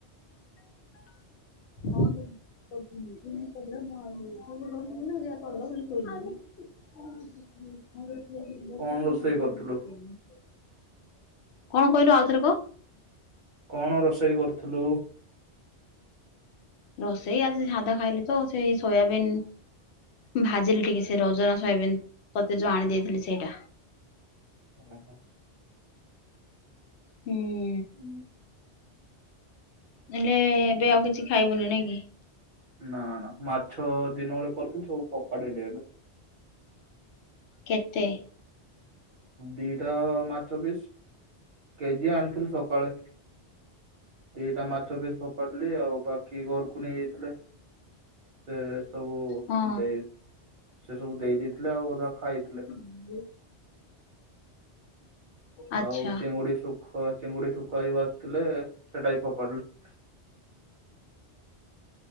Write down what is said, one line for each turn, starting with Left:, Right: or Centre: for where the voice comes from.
Left: ପ <unintelligible> ମ ବହୁତ ମ
Right: କଣ
Left: <inaudible>
Right: ରୋଷେଇ କରୁଥିଲୁ
Left: କଣ କହିଲ ଆଉଥରେ କ।
Right: କଣ ରୋଷେଇ କରୁଥିଲୁ?
Left: ରୋଷେଇ ଆଜି ସାଧା ଖାଇଲି ତ ସେଇ ସୋୟାବିନ୍ ଭାଜିଲି ଟିକେ ସେ ରଜନା ସୋୟାବିନ ତତେ ଯୋଉ ଆଣି ଦେଇେଇଥିଲି ସେଇଟା।
Right: ଓହୋ।
Left: ହୁଁ।
Right: ହୁଁ।
Left: ନେଲେ ଏବେ ଆଉ କିଛି ଖାଇବୁନି ନାଇଁ କି।
Right: ନା ନା ମାଛ ଦିନ ବେଳେ କରିଥିଲି ସବୁ ଫୋପାଡ଼ିଲି ଏବେ।
Left: କେତେ?
Right: ଦିଟା ମାଛ ପିସ୍ କେଜିଏ ଆଣିଥିଲି ସକାଳେ। ଦିଟା ମାଛ ବି ଫୋପାଡିଲି ଆଉ ବାକି ଘରକୁ ନେଇ ଯାଇଥିଲେ। ସେ ସବୁ
Left: ହଁ
Right: ଦେଇ ସେ ସବୁ ଦେଇ ଦେଇଥିଲେ ଆଉ ଅଧା ଖାଇଥିଲେ।
Left: ହୁଁ। ଆଚ୍ଛା
Right: ଆଉ ଚିଙ୍ଗୁଡି ଶୁଖ ଚିଙ୍ଗୁଡି ଶୁଖଆ ଵି ଭାଜି ଥିଲେ ସେଟା ଫୋପାଡ଼ିଲେ।